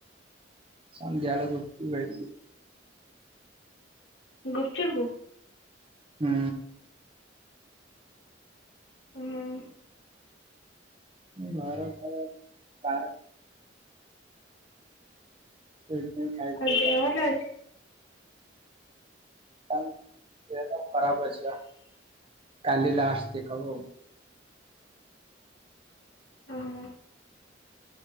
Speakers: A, on the right; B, on the left.
A: ସନ୍ଧ୍ୟା ବେଳେ ଗୁପ୍ ଚୁପ୍ ଖାଇଥିଲୁ।
B: ଗୁପ୍ ଚୁପ୍?
A: ହୁଁ।
B: ହୁଁ।
A: <unintelligible> ସେ ଖାଇ ଖାଇ
B: ଆଉ
A: କା
B: ଦେହ ଭଲ ଅଛି?
A: ଦେହ ଟା ଖରାପ ଅଛିିପା କାଲି ଲାଷ୍ଟ ଚେକ୍ ହବ ଆଉ।
B: ଓହୋ।